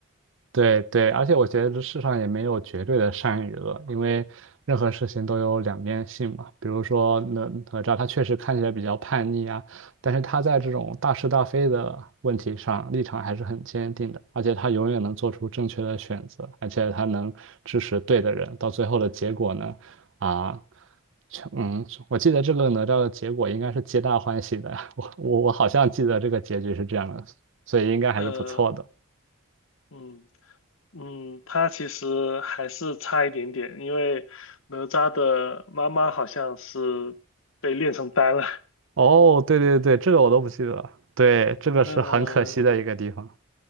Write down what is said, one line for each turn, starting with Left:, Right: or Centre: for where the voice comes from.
Right: 对对，而且我觉得这世上也没有绝对的善与恶，因为任何事情都有两面性嘛。比如说哪哪吒，他确实看起来比较叛逆啊，但是他在这种大是大非的问题上立场还是很坚定的，而且他永远能做出正确的选择，而且他能支持对的人，到最后的结果呢，啊，全嗯，我记得这个哪吒的结果应该是皆大欢喜的，<laughs> 我我我好像记得这个结局是这样的，所以应该还是不错的。
Left: 呃，嗯。嗯，他其实还是差一点点，因为哪吒的妈妈好像是被炼成丹了。<laughs>
Right: 哦，对对对，这个我都不记得了。对，这个是很可惜的一个地方，
Left: 嗯，